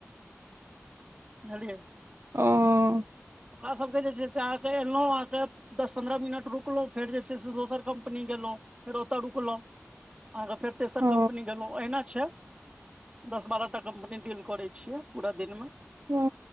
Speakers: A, on the right; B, on the right.
A: बुझलियै।
B: आँ
A: ओकरा सबके जे छै से <unintelligible> अहाँके एलौ अहाँके दस पन्द्रह मिनट रुकलौ फेर जे छै, से दोसर कम्पनी गेलौ फेर ओत रुकलौ। अहाँके फेर तेसर
B: ओ
A: कम्पनी गेलौ अहिना छै। दस बारह टा कम्पनी डील करै छियै पूरा दिन मे।
B: हूं